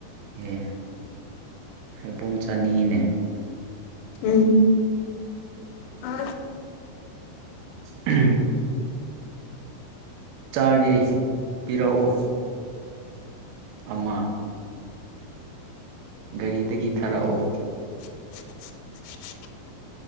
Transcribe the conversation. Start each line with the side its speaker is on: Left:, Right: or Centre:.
Right: ꯑꯦ ꯍꯩꯕꯣꯡ ꯆꯥꯅꯤꯡꯉꯤꯅꯦ
Left: ꯎꯝ ꯑ <inaudible>
Right: ꯎꯝ <inaudible> ꯆꯥꯒꯦ ꯄꯤꯔꯛꯑꯣ ꯑꯃ ꯒꯥꯔꯤꯗꯒꯤ ꯊꯥꯔꯛꯑꯣ
Left: <inaudible>